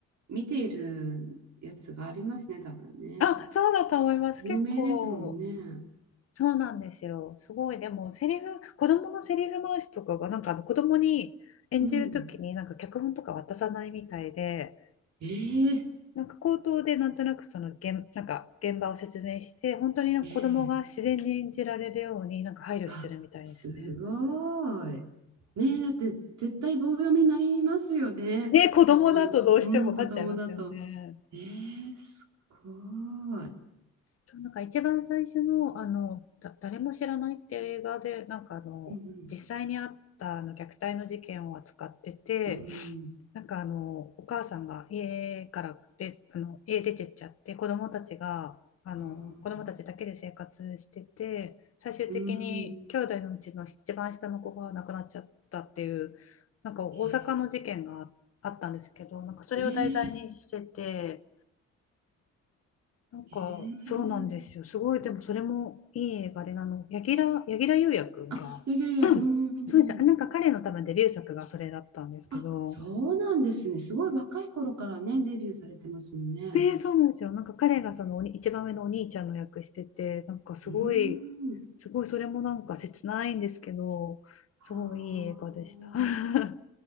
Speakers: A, on the right; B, on the left.
A: 見ているやつがありますね、多分ね。
B: あ、
A: じゃあ、
B: そうだと思います。
A: 有名ですもんね。
B: 結構、そうなんですよ。すごい、でも、セリフ、子供のセリフ回しとかが、なんかあの子供に演じるときに、
A: うん。
B: なんか脚本とか渡さないみたいで、
A: ええ
B: なんか口頭でなんとなくその現、なんか現場を説明して、本当になんか子供が自然に演じられるようになんか配慮してるみたいですね。
A: ええあ、すごい。ねえ、だって絶対棒読みになりますよねって思う、
B: ね、子供だとどうしてもなっちゃいますよね。
A: うん、子供だと。ええすごい。
B: そう、なんか一番最初の、あの、だ、誰も知らないっていう映画で、なんかあの、
A: うん、
B: 実際にあったあの虐待の事件を扱ってて、
A: うん、
B: なんかあのお母さんが家からであの家出てっちゃって子供たちがあの子供たちだけで生活してて最終的に兄弟のうちの一番下の子が亡くなっちゃったっていうなんか大阪の事件があったんですけどなんかそれを題材にしてて
A: うん、うん、ええええ
B: なんかそうなんですよすごいでもそれもいい映画であの柳楽柳楽優弥くんがうん
A: ええあ、柳楽役、うん、
B: <clears throat>
A: うんうん
B: そうじゃんなんか彼の多分デビュー作がそれだったんですけど
A: あ、そうなんですね。すごい若い頃からね、デビューされてますもんね。
B: えーそうなんですよ。なんか彼がそのおに一番上のお兄ちゃんの役してて、なんかすごい、
A: うーん。
B: すごいそれもなんか切ないんですけど、
A: ああ。
B: すごいいい映画でした。<laughs>